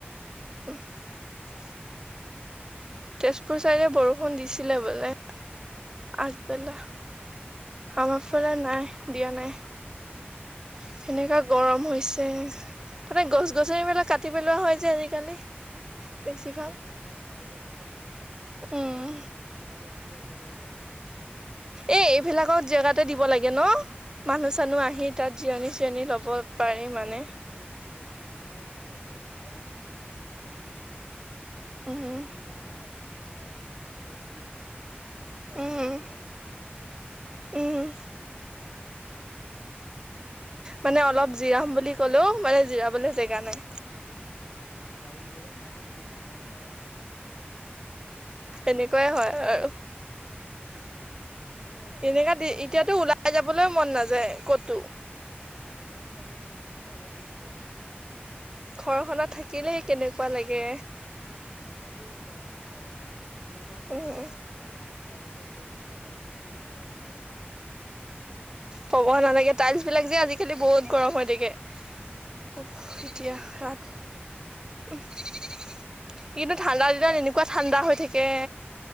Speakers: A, on the right (about 20°); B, on the left (about 80°).
A: <unintelligible> তেজপুৰ চাইডে বৰষুণ দিছিলে বোলে। আগবেলা,
B: অঁ,
A: আমাৰ ফালে নাই দিয়া নাই।
B: উম,
A: সেনেকা গৰম হৈ ছে, তাতে গছ গছনিবিলাক কাটি পেলোৱা হ'য় যে আজিকালি।
B: উম,
A: বেছিভাগ
B: আজিকালি গছ নাই বুলিয়ে ক'ব পাৰি।
A: উম
B: মেইন ৰোডত তো একেবাৰে গছ নাই।
A: এ, এইবিলাকত জেগাতে দিব লাগে ন'? মানুহ চানুহ
B: মেইন
A: আহি তাত জিৰণি চিৰণি ল'ব। পাৰি মানে
B: মেইন ৰোড, মেইন ৰোডবিলাকত যে, একডাল যদি কিনাৰত যদি গছ থাকে।
A: উম
B: খুল্লা একো নাই, চেংচংকে ৰ'দ লাগি থাকে। গছ এডাল
A: উম
B: দুডালটো থাকক ন' কিনাৰত,
A: উম
B: গছো নাই।
A: মানে অলপ জিৰাম বুলি ক'লেও, মানে জিৰাবলে জেগা নাই।
B: সেইটোৱে, গাড়ীৰ ভিতৰতে সোমাই থাক, গোপ গোপনিত আও মানে।
A: এনেকুৱাই হয় আৰু।
B: পিছে
A: সেনেকা
B: গৰম
A: দি,
B: বন্ধ
A: এতিয়াতো
B: দিলে নে
A: ওলাই
B: নাই
A: যাবলৈ মন নাযায় কতো।
B: অঁ নোৱাৰি আকৌ ইমান যি খনহে ৰ'দ দিছে।
A: ঘৰখনত থাকিলে কেনেকুৱা লাগে।
B: ফেনৰ পেও গৰম হাৱা ক'ব পে
A: উম
B: গৰম হাৱা তাছত পৰি থাকিলে টাইলচাপিও গৰম হাৱা।
A: ক'ব নালাগে টাইলছ বিলাক যে আজিকালি বহুত গৰম হৈ থাকে। অ
B: পিঠি
A: এতিয়া
B: জ্বলি যায়গৈ
A: ৰাখ উ, স কিন্তু ঠাণ্ডা দিনত এনেকুৱা ঠাণ্ডা হৈ থাকে।